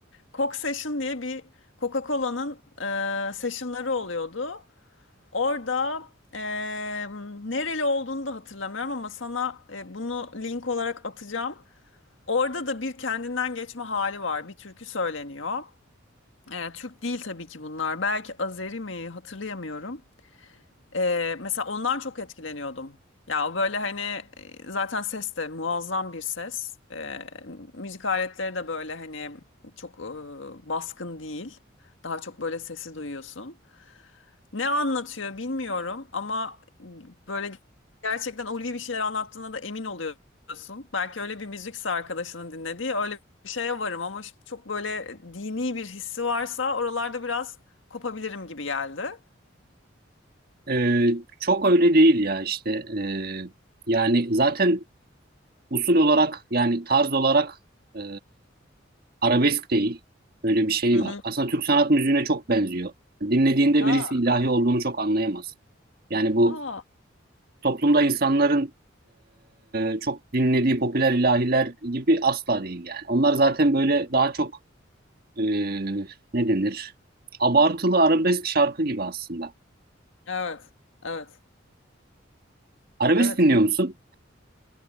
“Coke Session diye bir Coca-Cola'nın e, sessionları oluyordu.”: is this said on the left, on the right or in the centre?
Left